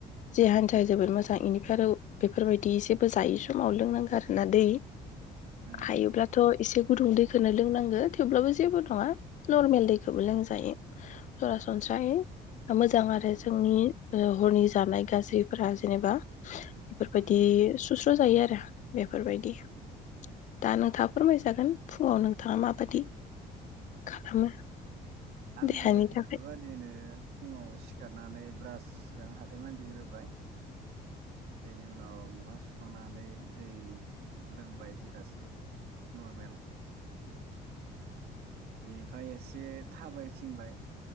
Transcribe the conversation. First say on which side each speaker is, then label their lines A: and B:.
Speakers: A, on the left (about 45°); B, on the right (about 75°).
A: देहानि थाखाय जोबोद मोजां बेनिफ्राय आरो बेफोरबायदि एसेबो जायै समाव लोंनांगौ आरोना दै।
B: उम
A: हायोब्लाथ' एसे गुदुं दैखौनो लोंनांगो थेवब्लाबो जेबो नङा नर्मेल दैखौबो लोंजायो सरासनस्रायै मोजां आरो
B: उम
A: जोंनि हरनि जानाय गाज्रिफोरा जेनेबा बेफोरबायदि
B: उम
A: सुस्र' जायो आरो बेफोरबायदि।
B: उम
A: दा नोंथाङा फोरमायजागोन फुङाव नोंथाङा माबादि खालामो।
B: आंबो
A: देहानि
B: बेफोर
A: थाखाय
B: बायदिनो फुङाव सिखारनानै ब्रास जों हाथाइ मानज ग्रोबाय बेनि उनाव मोखां सुखांनानै दै लोंबाय गिलासे नर्मेल। बेनिफ्राय एसे थाबाय थिंबाय।